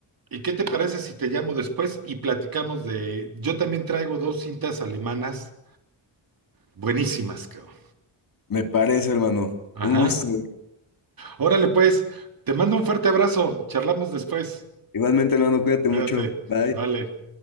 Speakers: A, on the right; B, on the left.
A: ¿Y qué te parece si te llamo después y platicamos de... Yo también traigo dos cintas alemanas buenísimas, cabrón.
B: me parece, hermano,
A: Ajá.
B: un gusto.
A: Órale, pues, te mando un fuerte abrazo. Charlamos después.
B: Igualmente, hermano, cuídate
A: Cuídate.
B: mucho, bye.
A: Vale.